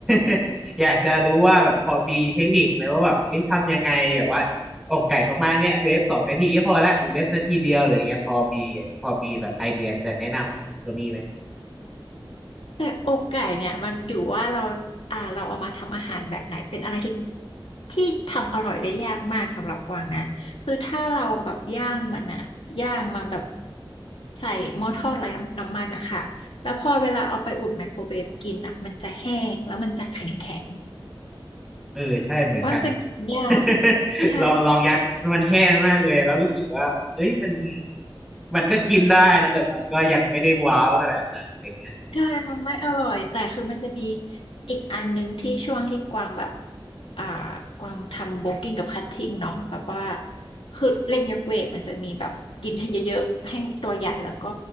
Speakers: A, in the centre; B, on the left.
A: <laughs> อยากจะรู้ว่าแบบพอมีเทคนิคไหมว่าแบบเอ๊ะทำยังไงแบบว่าอกไก่ประมาณเนี้ยเวฟสองนาทีก็พอละหรือเวฟนาทีเดียวหรืออย่างเงี้ยพอมีพอมีแบบไอเดียจะแนะนำตัวนี้ไหม
B: แต่อกไก่เนี่ยมันอยู่ว่าเราอ่าเราเอามาทำอาหารแบบไหนเป็นอะไรที่ ที่ทำอร่อยได้ยากมากสำหรับกวางนะคือถ้าเราแบบย่างมันอะย่างมันแบบใส่หม้อทอดไร้น้ำมันอะค่ะแล้วพอเวลาเอาไปอุ่นไมโครเวฟกินอะมันจะแห้งแล้วมันจะแข็งแข็ง
A: เออใช่เหมือนกัน
B: ว่างจะกินยากใช่
A: <laughs> ลองลองยัดมันแห้งมากเลยแล้วรู้สึกว่าเอ้ยมันมันก็กินได้นะแต่มันก็ยังไม่ได้ว้าวขนาดนั้นอะไรเงี้ย
B: ใช่มันไม่อร่อยแต่คือมันจะมีอีกอันนึงที่ช่วงที่กวางแบบอ่ากวางทำโบกิ้งกับคัตติ้งเนาะแบบว่าคือเล่นยกเวทมันจะมีแบบกินให้เยอะๆให้ตัวใหญ่แล้วก็